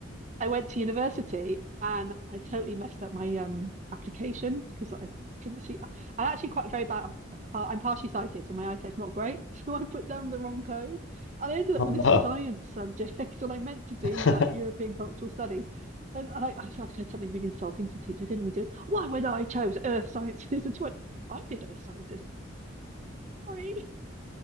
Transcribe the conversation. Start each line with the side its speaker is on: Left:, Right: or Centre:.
Right: I went to university and I totally messed up my um application because I couldn't see. I'm actually quite very bad. Uh, I'm partially sighted, so my eyesight's not great. <laughs> So I put down the wrong code, and I ended up
Left: oh
Right: with
Left: no
Right: this science subject <laughs> that I meant to do
Left: <laughs>
Right: like European cultural studies. And I, I I said something really insulting to the teacher, didn't we? Do why would I chose earth sciences? <laughs> And she went, I did earth sciences. Sorry.